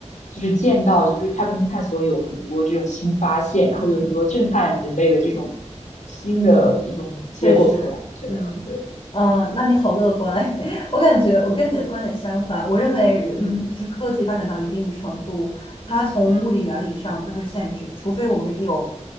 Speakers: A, on the left (about 80°); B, on the left (about 45°).
A: 就是见到就是太空探索有很多这种新发现，然后有很多震撼人类的这种新的一种结果出来。
B: 嗯，确实，
A: 我觉得，
B: 嗯嗯呃那你好乐观。
A: 对。
B: <laughs> 我感觉我跟你的观点相反，我认为人就是科技发展到一定程度，
A: 嗯。
B: 它从物理原理上就会限制，
A: 嗯
B: 除非我们有